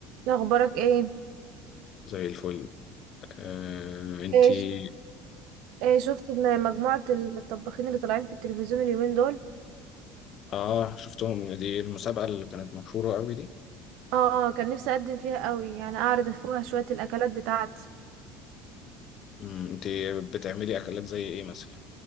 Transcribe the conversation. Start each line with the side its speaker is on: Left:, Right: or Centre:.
Right: لا اخبارك ايه
Left: زي الفل آه، انتي
Right: ايه ش- ايه شفت ان مجموعة الطباخين اللي طالعين في التلفزيون اليومين دول
Left: اه شفتهم دي المسابقة اللي كانت مشهورة قوي دي
Right: اه آه، كان نفسي اقدم فيها قوي يعني اعرض فيها شوية الاكلات بتاعتي
Left: مم، انتي بتعملي اكلات زي ايه مثلا